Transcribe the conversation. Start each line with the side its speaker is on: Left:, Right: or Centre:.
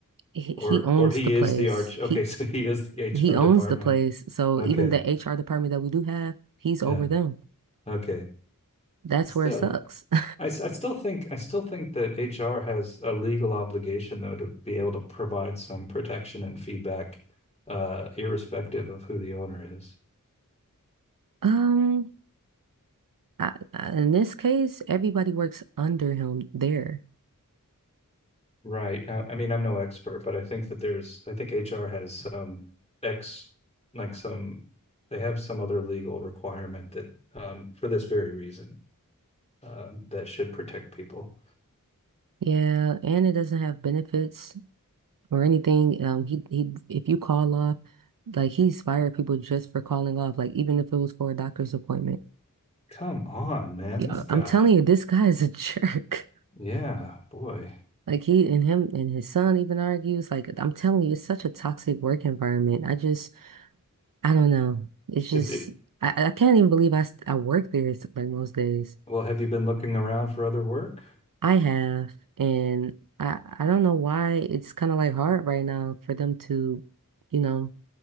Right: he,
Left: Or
Right: he owns
Left: or he
Right: the place.
Left: is the arch. Okay,
Right: He
Left: <laughs> so he is the HR
Right: he owns
Left: department.
Right: the place. So
Left: Okay.
Right: even the HR department that we do have, he's
Left: Yeah.
Right: over them.
Left: Okay.
Right: That's
Left: Still,
Right: where it sucks. <laughs>
Left: I, s- I still think I still think that HR has a legal obligation though to be able to provide some protection and feedback, uh, irrespective of who the owner is.
Right: Um, I, I- in this case, everybody works under him there.
Left: Right. Uh, I mean, I'm no expert, but I think that there's, I think HR has some ex, like some, they have some other legal requirement that, um, for this very reason, uh, that should protect people.
Right: Yeah, and it doesn't have benefits or anything. Um, he he if you call off, like he's fired people just for calling off, like even if it was for a doctor's appointment.
Left: Come on, man,
Right: Yeah,
Left: this guy.
Right: I'm telling you, this guy is a <laughs> jerk.
Left: Yeah, boy.
Right: Like he and him and his son even argues. Like I'm telling you, it's such a toxic work environment. I just, I don't know. It's just,
Left: Is it,
Right: I, I can't even believe I, s- I work there s- like most days.
Left: well, have you been looking around for other work?
Right: <laughs> I have, and I, I don't know why it's kind of like hard right now for them to, you know,